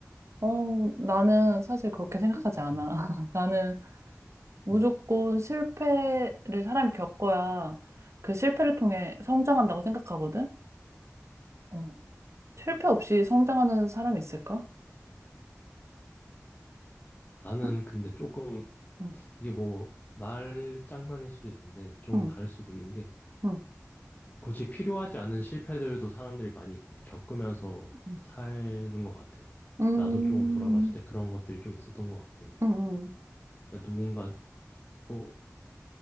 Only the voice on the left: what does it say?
음,
음.
나는
근데 조금,
이게 뭐, 말 장난일 수도 있는데, 조금
다를 수도 있는 게,
굳이 필요하지 않은 실패들도 사람들이 많이 겪- 겪으면서
사는 것 같아.
나도 조금 돌아봤을 때 그런 것들이 좀 있었던 것 같고.
그러니까 누군가, 뭐,